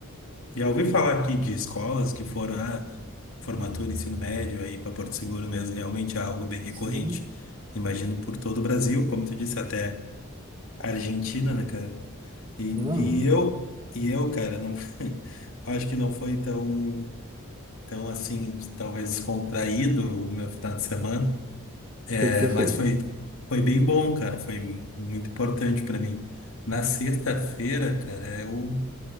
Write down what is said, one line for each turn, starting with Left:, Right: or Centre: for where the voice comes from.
Left: já ouvi falar aqui de escolas que foram a formatura, ensino médio aí para Porto Seguro mesmo, realmente é algo bem recorrente.
Right: Sim.
Left: Imagino por todo o Brasil, como tu disse, até Argentina, né, cara? E,
Right: Não. O
Left: e eu, e eu, cara, não, <laughs> acho que não foi tão, tão assim, de- talvez descontraído o meu final de semana.
Right: que
Left: É,
Right: que você
Left: Mas
Right: fez?
Left: foi, foi bem bom, cara. Foi muito importante para mim. Na sexta-feira, cara, eu,